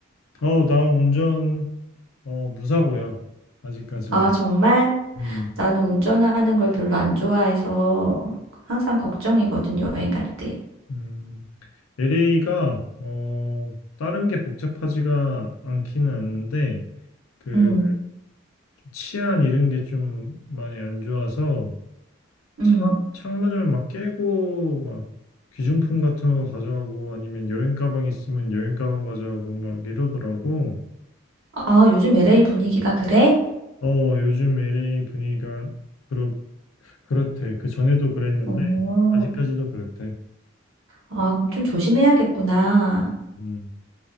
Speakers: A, on the left; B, on the right.
A: 어, 나 운전 어 무사고야. 아직까지는.
B: 아, 정말?
A: 음.
B: 나는 운전하는 걸 별로 안 좋아해서 항상 걱정이거든, 여행 갈 때.
A: 음. LA가 어 다른 게 복잡하지가 않기는 않는데 그
B: 음,
A: 치안 이런 게 좀 많이 안 좋아서
B: 음.
A: 차, 창문을 막 깨고 막 귀중품 같은 거 가져가고 아니면 여행 가방 있으면 여행 가방 가져가고 막 이러더라고.
B: 아, 요즘 LA 분위기가 그래?
A: 어 요즘 LA 분위기가 그렇 그렇대. 그 전에도 그랬는데
B: 어,
A: 아직까지도 그렇대.
B: 아, 그럼 좀 조심해야겠구나.
A: 음.